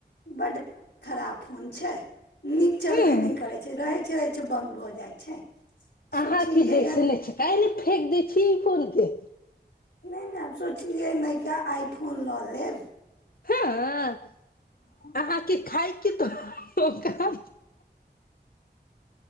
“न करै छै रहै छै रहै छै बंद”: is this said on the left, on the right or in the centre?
Left